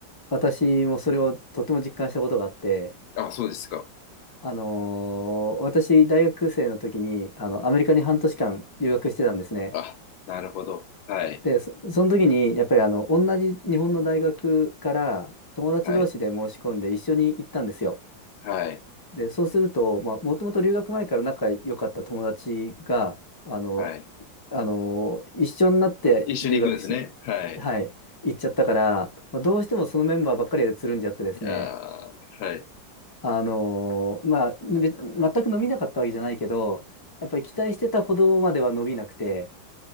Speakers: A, on the left; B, on the left.
A: 私もそれをとても実感したことがあって、
B: あ、そうですか。
A: あのー私、大学生の時に、あの、アメリカに半年間留学してたんですね。
B: あ、なるほど。はい。
A: で、そ、その時に、やっぱり、あの、同じ日本の大学から友達同士で申し込んで一緒に行ったんですよ。
B: はい。はい。
A: で、そうすると、まあ、もともと留学前から仲良かった友達が、あの、
B: はい。
A: あのー一緒になって留学し、
B: 一緒に行くんですね。はい。
A: はい、行っちゃったから、まあ、どうしてもそのメンバーばっかりでつるんじゃってですね。
B: いやー、はい。
A: あのーまあ、べ全く伸びなかったわけじゃないけど、やっぱり期待してたほどまでは伸びなくて、